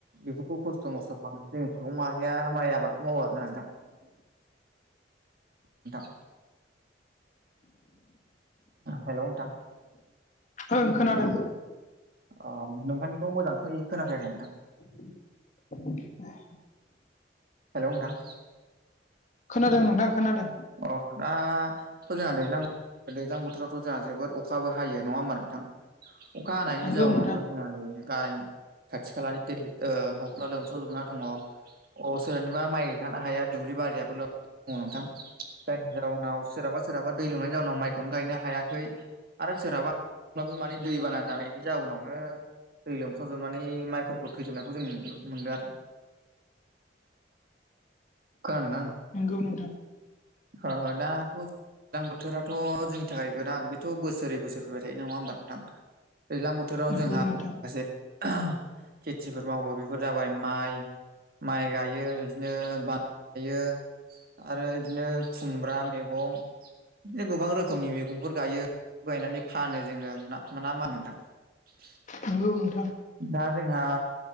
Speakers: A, on the right (about 55°); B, on the left (about 45°).
A: बेफोरखौ खस्थ' मस्थ' खालाम जों सुबुं माहारिया माइ आबादखौ मावो आरोना नोंथां नोंथां। हेलौ नोंथां
B: ओं खोनादों।
A: <unintelligible> नोंथांनिखौ मोजांखै खोनाफैयाखै नोंथां।
B: <inaudible>
A: हेलौ नोंथां।
B: खोनादों नोंथांं खोनादों।
A: अ दाथ' जोंहा दैज्लां बोथोर दैज्लां बोथोरावथ' जोंहा जोबोद अ अखाबो हायो नङा होमबा नोंथां? अखा हानायनि
B: नंगौ
A: जाउनावहाय
B: नोंथां
A: जोंहा ननि गाहाय खाथि खालानि दै न'फ्रा लोमस्रावजोबना दङ। अ सोरहानिबा माइ गायखानाय हाया दुब्लि बारियाबो दङ नोंथां। जायनि जाउनाव सोरहाबा सोरहाबा दै लोमनायनि जाउनाव माइखौनो गायनो हायाखै आरो सोरहाबा हब्लाबो माने दैबाना जानायनि जाउनावनो दै लोमसावजोबनानै माइफोरखौ थैजोबनायखौ जों नुनो मोनो आरोना। खोनादोंना?
B: नंगौ नोंथां।
A: ओ दाथ' जों दैज्लां बोथोराथ' जोंनि थाखाय गोनां बेथ' बोसोरै बोसोर फैबाय थायो नङा होमबा नोंथां? दैज्लां बोथोर बोथोराव
B: नंगौ
A: जोंहा
B: नोंथां
A: माखासे <inaudible> खेथिफोर मावो बेफोर जाबाय माइ माइ गायो बिदिनो थायो आरो बिदिनो खुमब्रा मैगं बि गोबां रोखोमनि मैगंफोर गायो गायनानै फानो जोङो ना ना मा नोंथां? <inaudible>
B: नंगौ नोंथां।
A: दा जोंहा